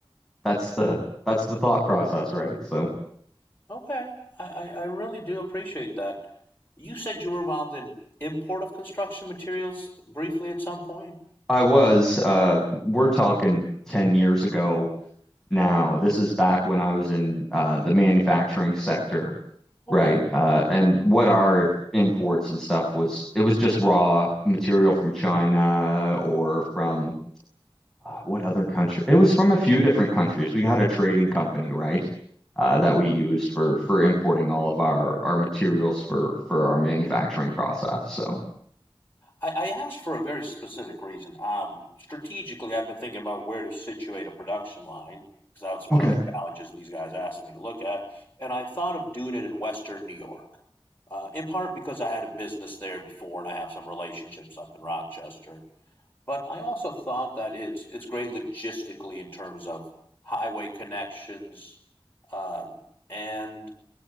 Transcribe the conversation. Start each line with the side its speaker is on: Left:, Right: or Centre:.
Centre: That's the that's the thought process, right? So
Left: okay, I, I, I really do appreciate that. You said you were involved in import of construction materials briefly at some point.
Centre: I was uh we're talking 10 years ago now. This is back when I was in uh the manufacturing sector,
Left: Okay.
Centre: right? Uh and what our imports and stuff was it was just raw material from China or from uh, what other country? It was from a few different countries. We had a trading company, right? Uh,
Left: Mhm.
Centre: that we used for for importing all of our our materials for for our manufacturing process. So
Left: I, I asked for a very specific reason. Um, strategically, I've been thinking about where to situate a production line because that's one
Centre: okay.
Left: of the challenges these guys asked me to look at. And I thought of doing it in Western New York, uh, in part because I had a business there before and I have some relationships up in Rochester. But I also thought that it's it's great logistically in terms of highway connections um, and